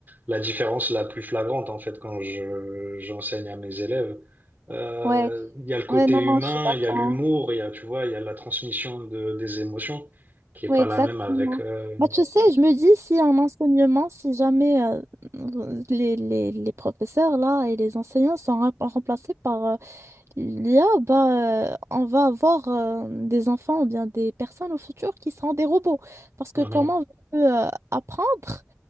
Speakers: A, on the right; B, on the right.
A: la différence la plus flagrante en fait quand je j'enseigne à mes élèves. Euh,
B: ouais,
A: Il y a le côté
B: ouais, non,
A: humain,
B: non, je suis d'accord.
A: il y a l'humour, il y a tu vois, il y a la transmission de des émotions qui est
B: Ouais,
A: pas
B: exactement.
A: la même avec. euh,
B: Bah, tu sais, je me dis si en enseignement, si jamais euh, les, les, les professeurs là et les enseignants sont rem- remplacés par Il y a, bah, euh, on va avoir euh, des enfants ou bien des personnes au futur qui seront des robots. Parce que
A: Mhm.
B: comment veux-tu euh, apprendre?